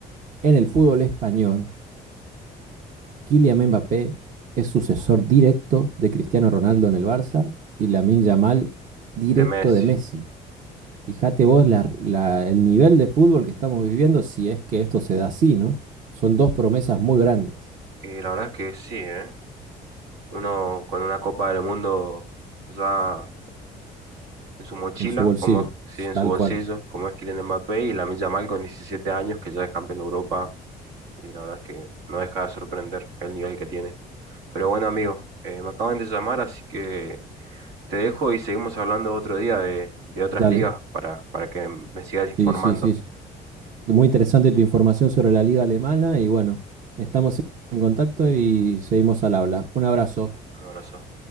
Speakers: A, on the right; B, on the right.
A: en el fútbol español, Kylian Mbappé es sucesor directo de Cristiano Ronaldo en el Barça y Lamine Yamal directo
B: De Messi.
A: de Messi. Fíjate vos la- la- el nivel de fútbol que estamos viviendo, si es que esto se da así, ¿no? Son dos promesas muy grandes
B: Y la verdad es que sí, ¿eh? Uno con una Copa del Mundo ya en su mochila,
A: en su bolsillo,
B: como es,
A: s-
B: sí, en
A: tal
B: su bolsillo,
A: cual.
B: como es Kylian Mbappé, y Lamine Yamal con 17 años, que ya es campeón de Europa y la verdad es que no deja de sorprender el nivel que tiene. Pero bueno, amigo, eh, me acaban de llamar, así que te dejo y seguimos hablando otro día de, de otras
A: Dale.
B: ligas para, para que me sigas
A: Sí,
B: informando.
A: sí, sí. sí. Muy interesante tu información sobre la liga alemana y bueno, estamos en contacto y seguimos al habla. Un abrazo.
B: Un abrazo.